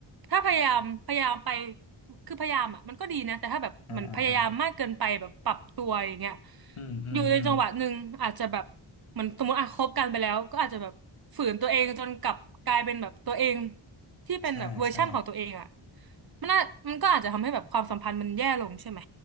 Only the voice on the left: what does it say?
อ่าอ่าอ่าอืมอืมอืม
ใช่ใช่